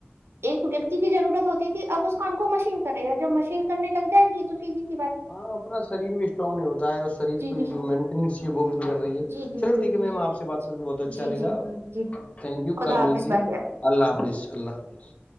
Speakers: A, on the right; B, on the left.
A: ایک ویکتی کی ضرورت ہوتی تھی اب اس کام کو مشین کرےی ہے جوب مشین کرنے لگ جائے گی تو بھی
B: ہاں اپنا شریر بھی اسٹرانگ نہیں ہوتا ہے اور شریر
A: جی
B: کو
A: جی
B: جو مینٹینس ہے وہ بھی بگڑ رہی ہے
A: جی جی
B: چلو
A: جی
B: ٹھیک ہے
A: جی
B: میم آپ سے بات کر کے بہت
A: جی
B: اچھا لے
A: جی
B: گا
A: جی جی
B: تھینک یو
A: خدا
B: کل
A: حافظ
B: ملتی
A: بھائی
B: ہے اللہ حافظ اللہ حافظ